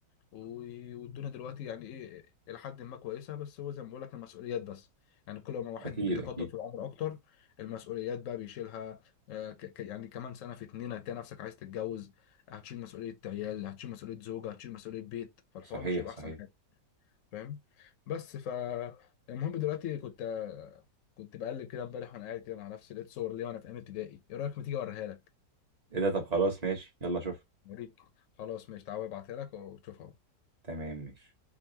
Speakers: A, on the left (about 65°); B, on the right (about 30°).
A: و- والدنيا دلوقتي يعني ايه الى حد ما كويسه بس هو زي ما بقول لك المسؤوليات بس يعني كل ما الواحد
B: اكيد
A: بيتقدم
B: اكيد
A: في العمر اكتر المسؤوليات بقى بيشيلها آه، ك- ك- يعني كمان سنه في اتنين هتلاقي نفسك عايز تتجوز هتشيل مسؤوليه عيال هتشيل مسؤوليه زوجه هتشيل مسؤوليه بيت فالحوار
B: صحيح
A: مش هيبقى
B: صحيح
A: احسن فاهم بس ف المهم دلوقتي كنت كنت بقلب كده امبارح وانا قاعد كده مع نفسي لقيت صور ليا وانا في ايام ابتدائي ايه رايك ما تيجي اوريها لك
B: ايه ده طب خلاص ماشي يلا شوف
A: اوريك خلاص ماشي تعالى ابعتها لك وتشوفها
B: تمام ماشي